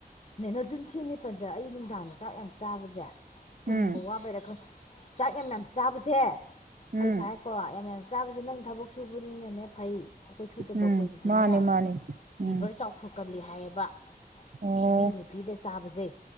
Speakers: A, on the left; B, on the right.
A: ꯅꯦ ꯅꯆꯤꯟ ꯊꯤꯅꯤ ꯄꯟꯖ ꯑꯩ ꯅꯨꯡꯗꯥꯡꯗ ꯆꯥꯛ ꯌꯥꯝ ꯆꯥꯕꯁꯦ ꯇꯨꯝꯕ
B: ꯎꯝ
A: ꯋꯥꯕꯩꯔ ꯆꯥꯛ ꯌꯥꯝ ꯌꯥꯝ ꯆꯥꯕꯁꯦ
B: ꯎꯝ
A: ꯑꯩ ꯈꯥꯏꯀꯣ ꯌꯥꯝ ꯌꯥꯝ ꯆꯥꯁꯦ ꯅꯪ ꯊꯕꯛ ꯁꯨꯕꯅꯤꯅꯅꯦ ꯐꯩ ꯑꯩꯈꯣꯏ ꯁꯨꯗꯕ
B: ꯎꯝ
A: ꯑꯩꯈꯣꯏꯗꯗꯤꯅꯦ
B: ꯃꯥꯅꯦ ꯃꯥꯅꯦ ꯎꯝ
A: ꯂꯤꯚꯔ ꯆꯥꯎꯊꯣꯛꯀꯜꯂꯤ ꯍꯥꯏꯌꯦꯕ
B: ꯑꯣ
A: ꯍꯦꯕꯤ ꯍꯦꯕꯤꯗ ꯆꯥꯕꯁꯦ